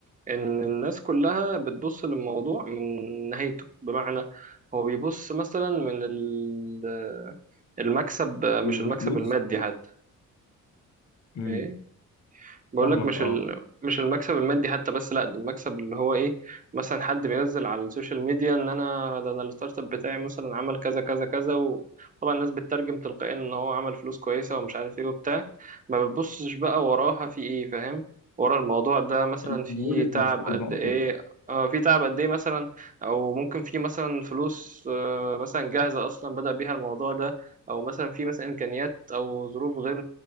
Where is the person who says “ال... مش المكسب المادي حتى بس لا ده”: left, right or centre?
Right